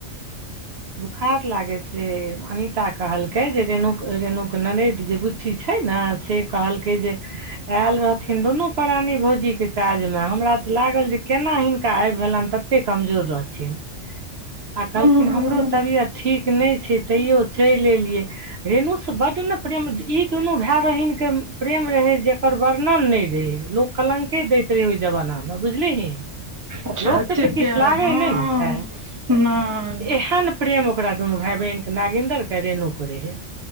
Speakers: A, on the right; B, on the right.
A: बोखार लागैत रहे अनिता कहलकै जे रेणुक रेणुक नरैद जे बु अथि छै ने से कहलकै जे आयल रहथिन दुनू प्राणी भोजीके काजमे हमरा तऽ लागल जे केना हिनका आबि भेलनि तत कमजोर रहथिन आ कहलखिन
B: हँ
A: हमरो तबियत ठीक नहि तैयो चलि एलियै रेणु से बड ने प्रेम ई दुनू भाय बहिनके प्रेम रहै जेकर वर्णन नहि रहै लोक कलङके दैत रहै ओहि जमानामे बुझलिीही
B: अच्छा
A: लोकके
B: एते
A: तऽ किछु
B: प्यार
A: लागै
B: हँ
A: नहि ने छै
B: नहि नहि
A: एहन प्रेम ओकरा दुनू भाय बहिनके नागिन्दर के रेणु के रहय